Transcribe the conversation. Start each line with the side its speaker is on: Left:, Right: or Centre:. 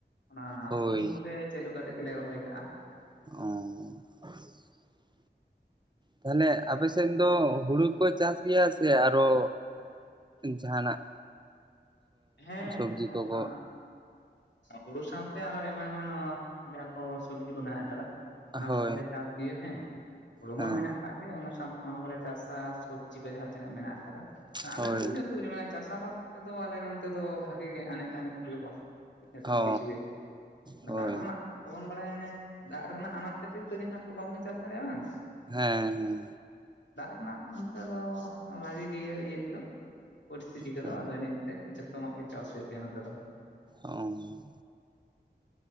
Left: ᱚᱱᱟ
Right: ᱦᱳᱭ
Left: ᱢᱤᱱᱤ ᱠᱚᱜᱮ ᱪᱟᱹᱞᱩ ᱠᱟᱛᱮᱫ ᱜᱮᱞᱮ ᱨᱚᱦᱚᱭ ᱠᱟᱜᱼᱟ
Right: ᱚ ᱛᱟᱦᱞᱮ ᱟᱯᱮ ᱥᱮᱫ ᱫᱚ ᱦᱩᱲᱩ ᱠᱚ ᱪᱟᱥ ᱜᱮᱭᱟ ᱥᱮ ᱟᱨᱚ ᱡᱟᱦᱟᱱᱟᱜ
Left: ᱦᱮᱸ
Right: ᱥᱚᱵᱡᱤ
Left: ᱚᱱᱟ
Right: ᱠᱚᱠᱚ
Left: ᱦᱩᱲᱩ ᱥᱟᱶᱛᱮ ᱟᱨᱚ ᱮᱢᱟᱱ ᱮᱢᱟᱱ ᱡᱟᱦᱟᱸ ᱠᱚ ᱥᱚᱵᱡᱤ ᱠᱚ ᱢᱮᱱᱟᱜ ᱟᱠᱟᱫᱟ ᱚᱱᱟ
Right: ᱦᱳᱭ
Left: ᱠᱚᱦᱚᱸᱞᱮ ᱪᱟᱥ ᱜᱮᱭᱟ ᱦᱮᱸ ᱦᱩᱲᱩ
Right: ᱦᱮᱸ
Left: ᱢᱟ ᱢᱮᱱᱟᱜ ᱟᱠᱟᱟᱜ ᱜᱮ ᱚᱱᱟ ᱥᱟᱶᱛᱮ ᱚᱱᱟ ᱦᱚᱸ ᱠᱚᱞᱮ ᱪᱟᱥᱟ ᱥᱚᱵᱽᱡᱤ ᱠᱚ ᱡᱟᱦᱟᱸ ᱛᱤᱱᱟᱹᱜ ᱢᱮᱱᱟᱜ ᱟᱠᱟᱫᱟ ᱟᱞᱮ
Right: ᱦᱳᱭ
Left: ᱫᱚ ᱡᱚᱛᱚᱮ ᱢᱟᱱᱮ ᱪᱟᱥ ᱟᱵᱟᱫ ᱛᱮᱫᱚ ᱟᱞᱮ ᱱᱚᱱᱚᱛ ᱫᱚ ᱵᱷᱟᱜᱤ ᱜᱮ ᱮᱱᱮᱡ ᱫᱷᱟᱱᱮᱡ ᱦᱩᱭᱩᱜᱼᱟ᱾ ᱱᱤᱛᱚᱝ
Right: ᱚ
Left: ᱠᱤᱪᱷᱩ ᱜᱮ
Right: ᱦᱳᱭ
Left: ᱫᱟᱜ ᱨᱮᱱᱟᱜᱵᱚᱱ ᱵᱟᱲᱟᱭ ᱮᱱᱟ ᱫᱟᱜ ᱨᱮᱱᱟᱜ ᱟᱱᱟᱴ ᱠᱷᱟᱹᱛᱤᱨ ᱫᱚ ᱡᱟᱦᱟᱱᱟᱜ ᱠᱚ ᱵᱟᱵᱚᱱ ᱪᱟᱥ ᱫᱟᱲᱮᱭᱟᱜᱼᱟ ᱵᱟᱝ
Right: ᱦᱮᱸ ᱦᱮᱸ
Left: ᱚᱱᱟ ᱚᱱᱛᱮ ᱫᱚ ᱵᱷᱟᱜᱤ ᱜᱮ ᱤᱭᱟᱹ ᱠᱚᱫᱚ ᱯᱚᱨᱤᱥᱛᱷᱤᱛᱤ ᱠᱚᱫᱚ
Right: ᱦᱮᱸ
Left: ᱟᱫᱚ ᱤᱱᱟᱹ ᱠᱟᱛᱤᱨ ᱡᱚ ᱡᱚᱛᱚᱢᱟᱜ ᱜᱮ ᱪᱟᱥ ᱦᱩᱭᱩᱜ ᱜᱮᱭᱟ᱾ ᱱᱚᱛᱮ ᱫᱚ
Right: ᱚ